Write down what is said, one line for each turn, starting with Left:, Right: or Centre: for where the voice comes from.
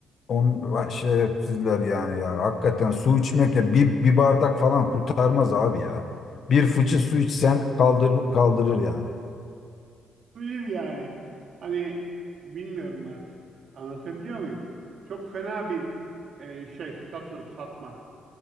Left: on vay şerefsizler yani ya. Hakikaten su içmek ya bir, bir bardak falan kurtarmaz abi ya. Bir fıçı su içsen kaldır, kaldırır yani.
Right: Bilir yani. Hani bilmiyorum artık. Anlatabiliyor muyum? Çok fena bir e, şey satı satma.